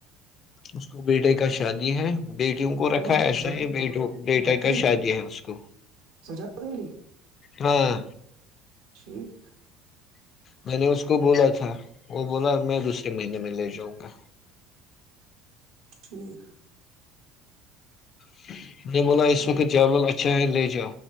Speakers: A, on the left (about 45°); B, on the right (about 75°).
A: اس کو بیٹے کا شادی ہے بیٹیوں کو رکھا
B: کون
A: ہے
B: سا
A: ایسا
B: جات
A: ہی بیٹ بیٹا
B: بھلی
A: کا شادی ہے اس کو
B: سجاد ولی
A: ہاں
B: ٹھیک
A: میں نے اس کو بولا تھا وہ بولا میں دوسرے مہینے میں لے جاؤں گا
B: ٹھیک
A: <inaudible> ن ملا اس
B: پھر
A: وقت
B: تو ٹھیک
A: چاول اچھا ہے ل جو